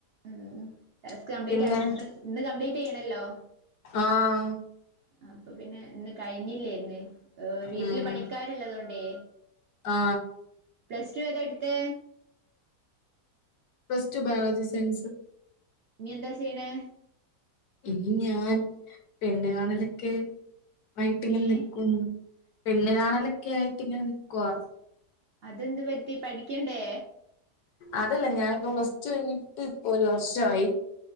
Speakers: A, on the right (about 80°); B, on the left (about 70°).
A: ഉം ടാസ്ക് കംപ്ലീറ്റ്
B: പിന്നെ
A: ആക്കണം ഇന്ന് കംപ്ലീറ്റ് ചെയ്യണല്ലോ
B: ആഹ്
A: അപ്പൊ പിന്നെ കഴിഞ്ഞില്ലായിന്ന് വീട്ടില്
B: ഉം
A: പണിക്കാരുള്ളത കൊണ്ട്
B: ആ
A: പ്ലസ് ടു ഏതാ എടുത്തേ
B: പ്ലസ് ടു ബയോജി സയൻസ്
A: ഇനി എന്താ ചെയ്യണേ
B: ഇനി ഞാൻ പെണ്ണ് കാണലൊക്കെ ആയിട്ടിങ്ങനെ
A: ഏഹ്
B: നിക്കുന്നു പെണ്ണ് കാണലൊക്കെ ആയിട്ട ഇങ്ങനെ നിക്കുവാ
A: അതെന്ത് പറ്റി പഠിക്കണ്ടേ
B: അതല്ല ഞാനിപ്പ പ്ലസ്ടു കഴിഞ്ഞിട്ട് ഇപ്പൊ ഒരു വർഷമായി